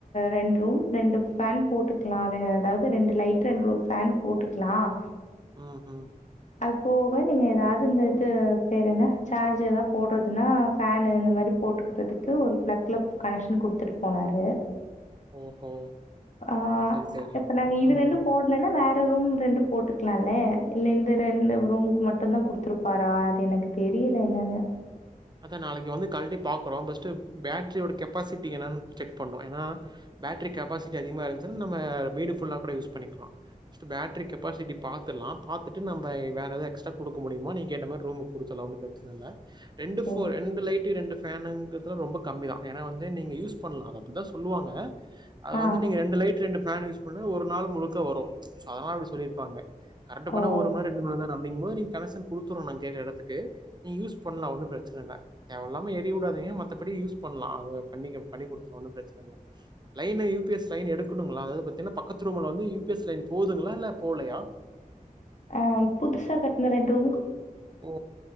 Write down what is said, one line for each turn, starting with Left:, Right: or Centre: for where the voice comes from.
Left: ரெண்டு ரூம் ரெண்டு ஃபேன் போட்டுக்கலாம் அதாவது ரெண்டு லைட் ரெண்டு ஃபேன் போட்டுக்கலாம்
Right: ம் உம்
Left: அது போக நீங்க ஏதாவது இந்த இது பேற என்ன சார்ஜ் ஏதாவ போடுறதுன்னா ஃபேனு இந்த மாதிரி போட்டுக்கிறதுக்கு ஒரு பிளக்ல கனெக்ஷன் கொடுத்துட்டு போனாரு
Right: ஓஹோ!
Left: ஆஹ்
Right: சரி, சரி
Left: இப்ப
Right: மேடம்.
Left: நாங்க இது
Right: ம்,
Left: ரெண்டும் போடலன்னா
Right: ம்.
Left: வேற ரூம் ரெண்டு போட்டுக்கலால்லே இல்ல இந்த ரெண்டு ரூம்க்கு மட்டும்தான் குடுத்துருப்பாரா அது எனக்கு தெரியல என்னன்னு
Right: அதா நாளைக்கு வந்து கல்லட்டி பாக்குறோ பர்ஸ்ட் பேட்டரியோட கெப்பாசிட்டிக்கு என்னு செக் பண்ணோம் ஏன்னா பேட்டரி கெப்பாசிட்டி அதிகமா இருந்துச்சாலு நம்ம வீடு ஃபுல்லா கூட யூஸ் பண்ணிக்கலாம் பர்ஸ்ட் பேட்டரி கெப்பாசிட்டி பாத்துலா பாத்துட்டு நம்ம வேற ஏதது எக்ஸ்ட்ரா கொடுக்க முடியுமா நீ கேட்ட மாதிரி ரூமுக்கு கொடுத்துலாம் ஒன்னும் பிரச்சனை இல்லை ரெண்டு <unintelligible>
Left: சரி.
Right: ரெண்டு லைட ரெண்டு ஃபேனுங்கிறதுலாம் ரொம்ப கம்மி தான் ஏன்னா வந்து நீங்க யூஸ் பண்ணலாம் அத அப்படிதா சொல்லுவாங்க அது
Left: ஆ.
Right: வந்து நீங்க ரெண்டு லைட் ரெண்டு பேன் யூஸ் பண்ண ஒரு நாள் முழுக்க வரும் சோ அதனால அப்படி சொல்லிருப்பாங்க கரண்ட் போன
Left: ஓ!
Right: ஒரு மண ரெண்டு மணிதான நம் <unintelligible> கனெஷன் கொடுத்து கேக்கற இடத்துக்கு நீ யூஸ் பண்ணலாம் ஒட பிரச்சன இல்ல தேவ இல்லாம எறிய உடாதீங்க மத்தபடி யூஸ் பன்னாலா <unintelligible> ஒன்னு பிரச்சன இல்ல லைன் இருக்கர <unintelligible> எடுக்க முடில <unintelligible> பக்கத்துலேயே ரூம் வந்து யூ பி எஸ் லைன் போகுதுங்களா இல்ல போலையா
Left: ஆஹ் புதுசா கட்டின ரெண்டு ரூ
Right: ஓ